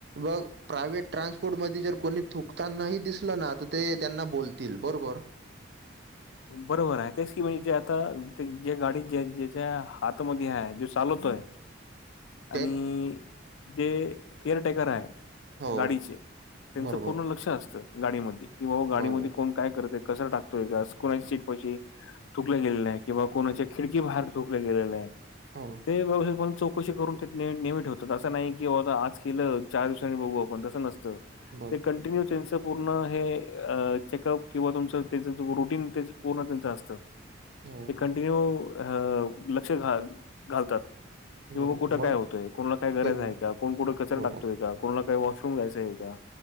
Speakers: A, on the right; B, on the left.
A: मग प्रायव्हेट ट्रान्सपोर्टमध्ये जर कोणी थुकताना हि दिसलं ना, तर ते त्यांना बोलतील. बरोबर?
B: बरोबर आहे. तेच की म्हणजे जे आता ते जे गाडीजे जेच्या हातामध्ये आहे, जो चालवतोय
A: <inaudible>
B: आणि ते केअरटेकर आहे
A: हो
B: गाडीचे त्यांचं
A: बरोबर
B: पूर्ण लक्ष असतं. गाडीमध्ये किंवा हो गाडीमध्ये
A: बरोबर.
B: कोण काय करतंय कचरा टाकतोय का असं. कोणाची सीट पशी थूकल्या गेलेलं आहे किंवा कोणाच्या खिडकी बाहेर थुकलं गेलं आहे.
A: हो.
B: ते <unintelligible> चौकशी करून तेे <unintelligible> नेहमी ठेवतो. असं नाही की बाबा आता आज केलं चार दिवसांनी बघू आपण तसं नसतं.
A: बस
B: ते कंटिन्यू त्यांच पूर्ण हे अ चेकअप किंवा तुमचं त्यांच रुटीन तेच पूर्ण त्याचं असतं.
A: हो
B: ते कॉन्टिन्यू अ लक्ष घा-घालतात. की
A: बरोबर
B: बाबा कुठं
A: म्हणून
B: काय होतंय, कोणाला काय गरज
A: तेच ना
B: आहे का, कोण कुठे कचरा
A: हो
B: टकतोय
A: हो
B: का. कोणाला काय वॉशरूम जायचंय का?